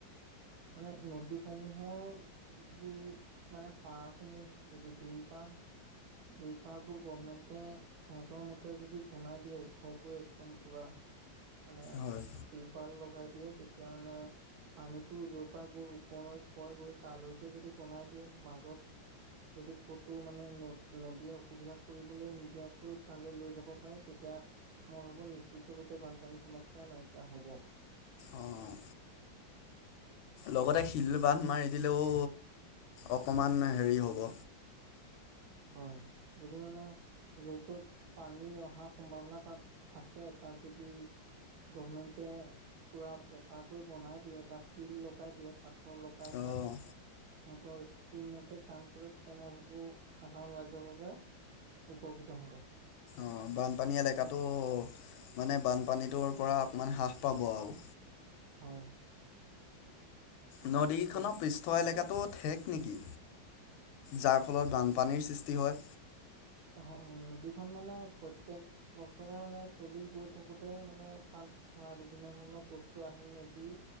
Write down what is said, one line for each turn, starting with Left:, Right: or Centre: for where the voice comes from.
Right: মানে নদীসমূহৰ যদি মানে পাৰ সমূহ যদি দুই পাৰ দুই পাৰটো গভমেণ্টে সেঁহতৰ মতে যদি বনাই দিয়ে ওখকৈ একদম পুৰা মানে
Left: হয়।
Right: টিউপাল লগাই দিয়ে তেতিয়া মানে পানীটো যৰ পৰা গৈ ওপনৈত পৰে গৈ তালৈকে যদি বনাই দিয়ে মাজত যদি ক'তো মানে ন নদীয়ে অসুবিধা কৰিবলৈ নিদিয়াকৈ তালৈ লৈ যাব পাৰে তেতিয়া মই ভাবো নিশ্চিত ৰূপে বানপানীৰ সমস্যা নাইকিয়া হব
Left: অঁ, লগতে শিল বান্ধ মাৰি দিলেও অকণমান হেৰি হ'ব
Right: হয় যদি মানে য'ত য'ত পানী অহাৰ সম্ভাৱনা তাত থাকে তাত যদি গভৰমেণ্টে পুৰা পকাকৈ বনাই দিয়ে বা শিল লগাই দিয়ে পাথৰ লগাই
Left: অ'।
Right: তাত সেঁহতৰ স্কিম মতে কাম কৰে তেতিয়া মই ভাবো সাধাৰণ ৰাইজৰ বাবে উপকৃত হ'ব
Left: অ বানপানী এলেকাটো মানে বানপানীটোৰ পৰা অকণমান হ্ৰাস পাব আৰু
Right: হয়
Left: নদীকেইখনৰ
Right: বৰ্ত
Left: পৃষ্ঠ এলেকাটো ঠেক নেকি যাৰ ফলত বান পানীৰ সৃষ্টি হয়
Right: হয় নদীখন মানে প্ৰত্যেক বছৰে মানে চলি গৈ থাকোতে মানে তাত ধৰা বিভিন্ন ধৰণৰ বস্তু আহি নদী